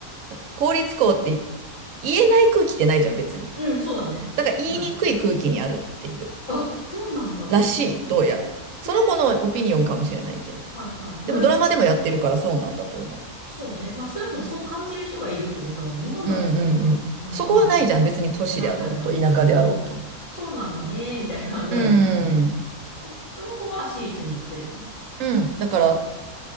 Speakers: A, on the right; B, on the left.
A: 言公立校って言えない空気ってないじゃん別に。
B: うん、そうだね。
A: だから言いにくい空気にあるっていう
B: ない。あ、そうなんだ。
A: らしい、どうやら。
B: え、ちなみに、
A: その子のオピニオンかもしれないけど。
B: うん、はいはい。
A: でもドラマでもやってるからそうなんだと思
B: まあでもかそうね。まあ少なくともそう感じる人がいるってことだもんね。日本だとそんな、
A: う。うんうんうん。
B: あんまないだろうけど。
A: そこはないじゃん。別に都市であろうと、
B: ないないない。
A: 田舎であろうと。
B: うん。そうなんだね、みたいなぐらいだもんね。
A: うん。
B: え、その子は私立に行ってるの
A: うん。だから、